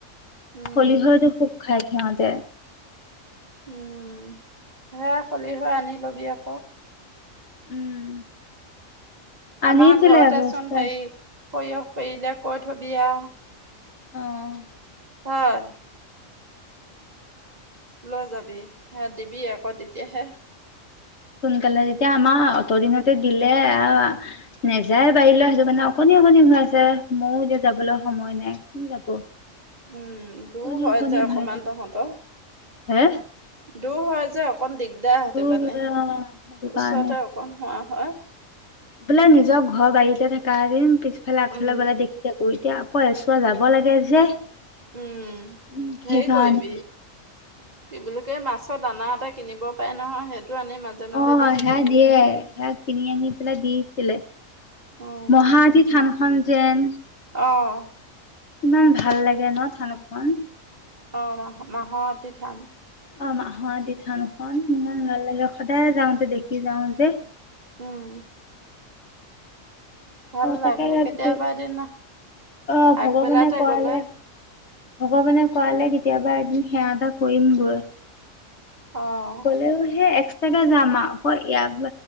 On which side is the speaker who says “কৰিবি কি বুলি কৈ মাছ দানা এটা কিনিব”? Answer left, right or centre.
Right